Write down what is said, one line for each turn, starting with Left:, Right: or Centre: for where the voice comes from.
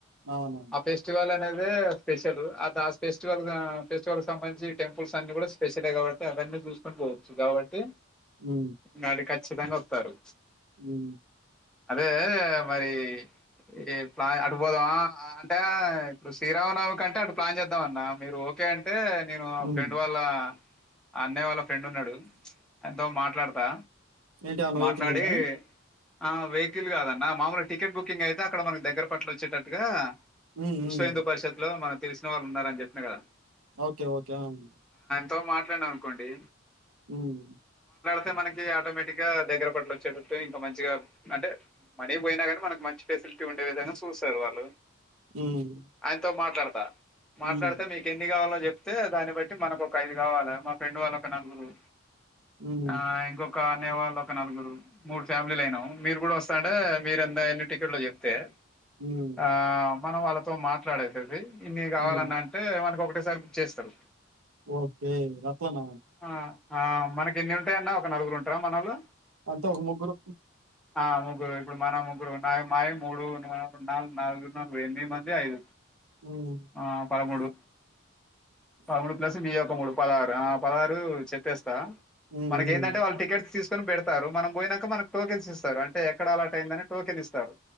Right: అవునవును.
Centre: ఆ ఫెస్టివల్ అ అదే స్పెషలు అటు ఫెస్టివల్ ఫెస్టివల్ సంబంధి టెంపుల్స్ అన్ని కూడా స్పెషలే కాబట్టి అవన్నీ చూ, సుకొని పోవచ్చు కాబట్టి,
Right: హు
Centre: నాడి ఖచ్చితంగా వస్తారు.
Right: ఉహు
Centre: అదే కదా మరి ఇది ప్లాన్ అ అటు పోదామా అంటే ఇప్పుడు శ్రీరామనవమికి అంటే అటు ప్లాన్ చేద్దాం అన్న మీరు ఓకే అం అంటే నేను
Right: హ్మ్.
Centre: ఫ్రెండ్ వాళ్ళ, అన్నయ్య వాళ్ళ ఫ్రెండ్ ఉన్నాడు, కొంచం మా మాట్లాడతా,
Right: ఏంటి ఏమన్నా వెహికిల్
Centre: మాట్లాడి
Right: ఉందా,
Centre: ఆ వెహికిల్ కాదన్న మామూలు టికెట్ బుకింగ్ అయితే అక్కడ మనకి దగ్గర పట్ల వచ్చేటట్టుగా,
Right: హ్మ్. హ్మ్.
Centre: విశ్వ హిందూ పరిషత్ లో మన తెలిసిన వాళ్ళు ఉన్నారు, అని చెప్పిన కదా
Right: ఓకే ఓకే ఆన్
Centre: తో మాట్లాడినం అనుకోండి
Right: హ్మ్
Centre: తే మనకి ఆటోమేటిక్ టిక్ గా దగ్గర పట్లు వచ్చేటట్టు ఇంకా మంచిగా అంటే మనీ పోయినా గాని మనకు మంచి ఫేసిలిటీ ఉండే విధంగా చూసరు వాళ్ళు
Right: హ్మ్.
Centre: ఆయనతో మాట్లాడ తా మాట్లాడితే
Right: హ్మ్.
Centre: మీకు ఎన్ని కావాల్నో చెప్ ప్తే దాన్ని బట్టి మనకు ఒక ఐదు కావాల మా ఫ్రెండ్ వాళ్ళు ఒక నలుగురు
Right: హ్మ్.
Centre: ఆ ఇంకొక అన్నయ్య వాళ్ళొక నలుగురు మూడు ఫ్యామిలీలు అయినాం మీరు కూడా వస్త స్తా మీరూ ఎన్ని టికెట్లు చెప్తే
Right: హ్మ్.
Centre: ఆ మనం వాళ్ళతో మాట్లాడేసేది ఇన్ని కావాలన్నా
Right: హ్మ్.
Centre: అంటే మనకొక ఒక్కసారి బుక్ చేస్తారు
Right: ఓకే గట్లన
Centre: ఆ ఆ మనకి ఎన్ని ఉంటాయన్న ఒక నలుగురు టారా మనాల
Right: మొత్తం ఒక ముగ్గురు
Centre: ఆ ముగ్గురు ఇప్పుడు మన ముగ్గురు నా మాయ మూడు నాలుగు నాలుగు నాలుగు ఎనిమిది మంది ఐదు
Right: హ్మ్.
Centre: ఆ పదమూడు పదమూడు ప్లస్ మీయొక మూడు పదహారు ఆ పదహారు చెప్పేస్తా
Right: హ్మ్.
Centre: మనకి
Right: హ్మ్.
Centre: ఏంటంటే వాళ్ళ టికెట్స్ తీసుకొని పెడతారు మనం పోనాక మనకు టోకెన్ ఇస్తారు అంటే ఎక్కడ అలర్ట్ అయిందని టోకెన్ ఇస్తారు